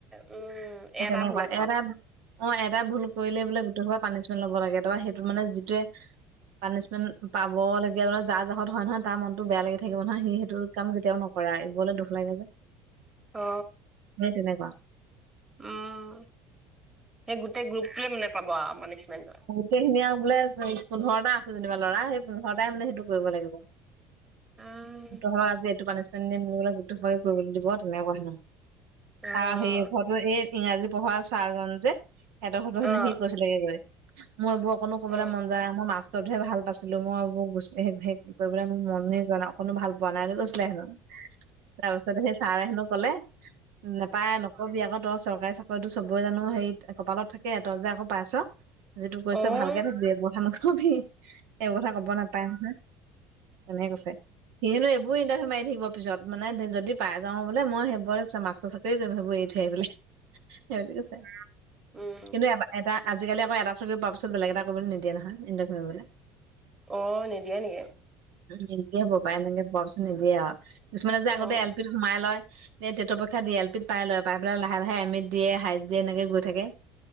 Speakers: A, on the right; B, on the right.
A: উম,
B: সেই
A: এটা
B: তেনেকুৱা,
A: ভুলৰ জহত।
B: এয়াত অ, এটা ভুল কৰিলে বোলে, গোটেই সোপাই পানিছমেণ্ট ল'ব লাগে, তাৰা সেইটো মানে যিটোৱে পানিছমেন্ট পাবলগীয়া, জা ত, হয় নহয়,, তাৰ মনতো বেয়া লাগি থাকিব নহয়, সি সেইটো কাম কেতিয়াও নকৰে আৰু, এইবোৰলৈ দুখ লাগে যে।
A: অ,
B: সেই, তেনেকুৱা।
A: উম, সেই গোটেই গ্ৰুপটোৱে মানে, পাব আৰু পালিছমেণ্ট।
B: সেই খিনি আৰু বোলে চ, পোন্ধৰটা আছে যেনিবা ল'ৰা, সেই পোন্ধৰটাই মানে সেইটো কৰিব লাগিব,
A: অ',
B: তহৰ আজি এইটো পান <inaudible> গোট সোপাকে কৰিবলৈ দিব, তেনেকুৱা কথা নহয়,
A: অ',
B: তাৰ হেৰি হ এই ইংৰাজী পঢ়োৱা ছাৰ জন যে, সেহেঁতৰ ঘৰতো
A: অ'।
B: হেনো, সি গৈছিলে‌ ৰেলোৱা মই এইবোৰ অকনো কবলৈ
A: অ',
B: মন যায় নাই, মই মাছতৰ টোহে ভাল পাইছিলো, মই এইবোৰ গো <inaudible> কৰিবলে মোৰ মনে যোৱা নাই, অকনো ভাল বনাই দি কৈছিলে হেনো, তাৰপিছত সেই চাৰে হেনো ক'লে, নোপায় ন কবি আকৌ তই চৰকাৰী, চাকৰিতো চবে জানো হেৰি, কপালত থাকে,, তই যে আকৌ পাইছ। যিটো কৈছে
A: অ',
B: ভালকে থাকিবি, এইবোৰ কথা নকবি। এইবোৰ কথা ক'ব নাপায় নহয়, এনেকে কৈছে। সিনো এইবোৰ ইণ্টাৰভিউ মাৰি থাকিব পিছত, মানে যদি পাই যাওঁ, বোলে মই সেইবোৰ মাচত <inaudible> থৈ পেলাই, সেনেকে কৈছে।
A: উম,
B: কিন্তু এ, এটা আজিকালি আকৌ, এটা চাকৰি পোৱা পিছত বেলেগ এটা কৰিবলৈ নিদিয়ে নহয়, ইন্টাৰভিউ মাৰিবলৈ।
A: অ, নিদিয়া নেকি?
B: নিদিয়ে ব, পাই এনেকে বৰ বেছি নিদিয়ে আৰু কিছুমানে যে
A: অ',
B: আগতে এল, পিত সোমাই লয়। এই টেতৰ পৰক্ষা দি এল, পিত, পাই লয়। পাই পেলাই লাহে, লাহে, এমে ত দিয়ে, হাই দি, এনেকে গৈ থাকে।